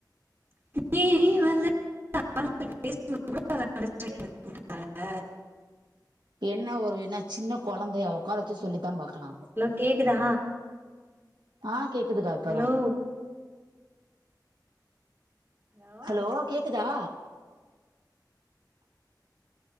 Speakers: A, on the right; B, on the right.
A: நீ நீ <inaudible> அண்டர்ஸ்டாண்டிங்
B: <unintelligible>
A: இருக்கார்ல
B: என்ன ஒரு இன்னா சின்ன
A: ஹலோ
B: கொழந்தய உக்கார வெச்சு சொல்லித்தா பாக்கலா
A: ஹலோ கேக்குதா
B: ஆ கேக்குதுதா இப்பதா
A: ஹலோ ஹலோ
B: ஓ கேக்குதா